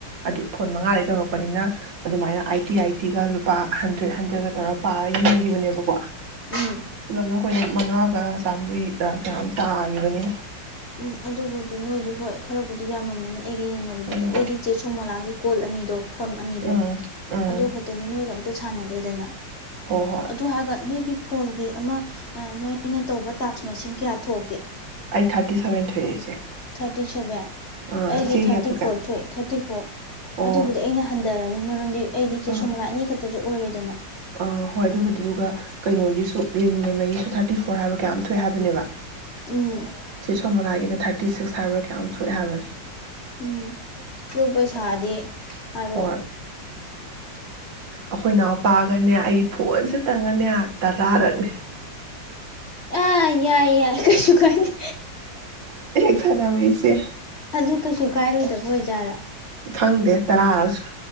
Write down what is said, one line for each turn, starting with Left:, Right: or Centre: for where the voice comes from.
Right: ꯑꯗꯨ ꯐꯣꯟ ꯃꯉꯥꯗꯒꯤ ꯇꯧꯔꯛꯄꯅꯤꯅ ꯑꯗꯨꯃꯥꯏꯅ ꯑꯥꯏ ꯇꯤ ꯑꯥꯏ ꯇꯤꯒ ꯂꯨꯄꯥ ꯍꯟꯗ꯭ꯔꯦꯗ ꯍꯟꯗ꯭ꯔꯦꯗꯀ ꯇꯧꯔ ꯄꯥꯔ ꯌꯦꯡꯈꯤꯕꯅꯦꯕꯀꯣ
Left: ꯎꯝ
Right: ꯄꯨꯂꯞꯅ ꯑꯩꯈꯣꯏꯅ ꯃꯉꯥꯒ ꯆꯥꯃꯔꯤꯗꯔ ꯀꯌꯥꯅꯣꯝ ꯇꯥꯈꯤꯕꯅꯤꯅꯦ
Left: ꯎꯝ ꯑꯗꯨꯕꯨꯗꯤ ꯅꯣꯏꯗꯤ ꯍꯣꯏ ꯈꯔꯕꯨꯗꯤ ꯌꯥꯝꯃꯝꯃꯅꯤ ꯑꯩꯒ ꯌꯦꯡꯅꯕꯗꯗꯤ
Right: ꯎꯝ
Left: ꯑꯩꯗꯤ ꯆꯦ ꯁꯣꯃꯣꯂꯥꯒꯤ ꯀꯣꯜ ꯑꯅꯤ ꯐꯣꯟ ꯑꯅꯤꯗꯣ
Right: ꯎꯝ ꯎꯝ
Left: ꯑꯗꯨ ꯈꯛꯇꯅꯤ ꯅꯣꯏꯒ ꯑꯝꯇ ꯁꯥꯟꯅꯗꯦꯗꯅ
Right: ꯍꯣꯏ ꯍꯣꯏ
Left: ꯑꯗꯨ ꯍꯥꯏꯒ ꯅꯣꯏꯒꯤ ꯐꯣꯟꯒꯤ ꯑꯃ ꯅꯣꯏꯅ ꯇꯧꯕ ꯇꯥꯛꯁ ꯃꯁꯤꯡ ꯀꯌꯥ ꯊꯣꯛꯀꯦ
Right: ꯑꯩ ꯊꯥꯔꯇꯤ ꯁꯕꯦꯟ ꯊꯣꯛꯏ ꯏꯆꯦ
Left: ꯊꯔꯇꯤ ꯁꯕꯦꯟ
Right: ꯑꯥ
Left: ꯑꯩꯒꯤ
Right: ꯏꯆꯦ
Left: ꯊꯥꯔꯇꯤ
Right: ꯌꯥꯊꯣꯛꯀꯦ
Left: ꯐꯣꯔ ꯊꯣꯛꯑꯦ ꯊꯥꯔꯇꯤ ꯐꯣꯔ
Right: ꯑꯣ
Left: ꯑꯗꯨꯕꯨꯗꯤ ꯑꯩꯅ ꯍꯟꯊꯔꯅꯤ ꯃꯔꯝꯗꯤ ꯑꯩꯗꯤ
Right: ꯑꯥ
Left: ꯆꯦꯁꯣꯂꯥꯒꯤ ꯑꯅꯤ ꯈꯛꯇ ꯇꯁꯨ ꯑꯣꯏꯔꯦꯗꯅ
Right: ꯑꯥ ꯍꯣꯏ ꯑꯗꯨꯕꯨꯗꯤꯗꯨ ꯀꯩꯅꯣꯒꯤꯁꯨ ꯔꯦꯅꯨ ꯂꯩꯃꯒꯤꯁꯨ ꯊꯥꯔꯇꯤ ꯐꯣꯔ ꯍꯥꯏꯕ ꯀꯌꯥ ꯅꯣꯝ ꯊꯣꯛꯑꯦ ꯍꯥꯏꯕꯅꯦꯕ
Left: ꯎꯝ
Right: ꯆꯦꯁꯣꯂꯥꯒꯤꯅ ꯊꯥꯔꯇꯤ ꯁꯤꯛꯁ ꯍꯥꯏꯕ꯭ꯔꯥ ꯀꯌꯥꯝ ꯊꯣꯛꯑꯦ ꯍꯥꯏꯕꯅꯤ
Left: ꯎꯝ ꯑꯗꯨ ꯄꯩꯁꯥꯗꯤ ꯍꯥꯏꯔꯛꯑꯣ
Right: ꯍꯣꯏ ꯑꯩꯈꯣꯏꯅꯥꯡ ꯄꯥꯒꯅꯦ ꯑꯩ ꯐꯣꯟꯁꯦ ꯇꯪꯉꯅꯦ ꯇꯔꯥꯔꯛꯅꯦ
Left: ꯑ ꯌꯥꯏ ꯌꯥꯏ ꯀꯩꯁꯨ ꯀꯥꯏꯗꯦ
Right: ꯁꯟꯅꯕꯣ ꯏꯆꯦ
Left: ꯑꯗꯨ ꯀꯩꯁꯨ ꯀꯥꯏꯔꯣꯏꯗꯕ ꯑꯣꯖꯥꯠꯔ
Right: ꯈꯪꯗꯦ ꯇꯔꯥꯁꯨ